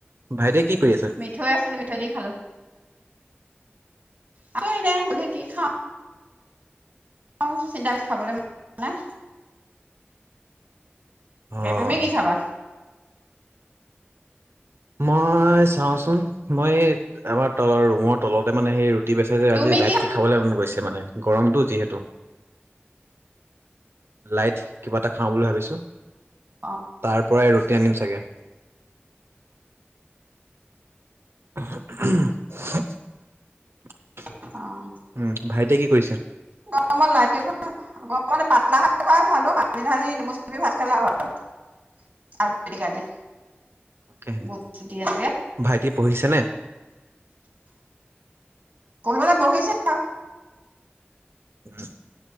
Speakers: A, on the right; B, on the right.
A: ভাইটিৱে কি কৰি আছে?
B: মিঠৈ আছিলে, মিঠৈ দি খাঁলো। আছো, এনে <unintelligible> কি খাওঁ। অ', চিন্তাক খাবলৈ মন নাই।
A: অ',
B: তুমি কি খাবা?
A: মই চাওঁচোন, মই এই আমাৰ তলৰ ৰুমৰ তলতে মানে সেই <unintelligible> বেছে যে,
B: তুমি
A: আজি লাইটকে
B: কি
A: খাবলৈ মন গৈছে মানে, গৰমটো যিহেতু। লাইট, কিবা এটা খাওঁ বুলি ভাবিছো,
B: অ
A: তাৰ পৰাই ৰুটি আনিম চাগে। <unintelligible>
B: <unintelligible>
A: উম, ভাইটিয়ে কি কৰিছে?
B: গৰমত লাইটকে খোৱা <unintelligible> গৰমত পাতলা ভাত খুৱাই ভাল ঔ, পানী ঢালি নেমু চেপি ভাত খালে আৰু ভাল। আলু পিটিকা দি,
A: তাকেহে,
B: বুট <unintelligible> এনেকে।
A: ভাইটি পঢ়িছেনে?
B: পঢ়িবলে বহিছে আৰু।
A: <unintelligible>